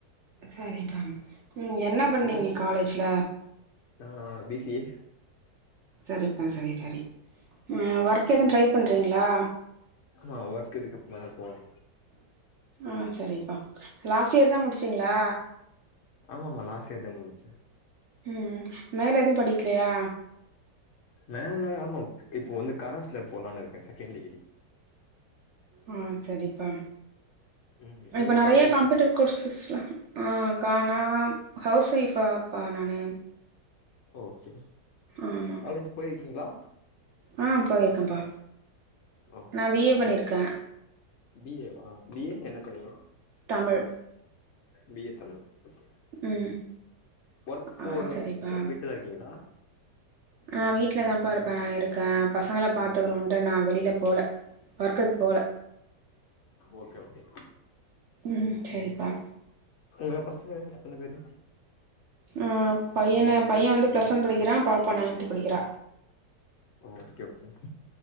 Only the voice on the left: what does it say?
நீங்க
நானா பி சி ஏ
ஆ ஒர்க் இதுக் அப்றோ தா போவ்னு
ஆம்மாமா லாஸ்ட் இயர் தாங் முடிச்ச
மேல ஆம்மா இப்போ வந்து கரசுல போலானு இருக்கே செகண்ட் டிகிரி
ம் நீங்க
காலேஜா
ஓகே
காலேஜ் போயிருக்கீங்ளா
ஓகே
ஓகே
பி ஏ வா பி ஏ என்ன பண்ணிங்க
B A Tamil okay
ஒர்க் போல
வீட்லதா இருக்கீங்ளா
ஓகே ஓகே
உங்க பசங்க எத்தன பேரு
ஓ ஓகே ஓகே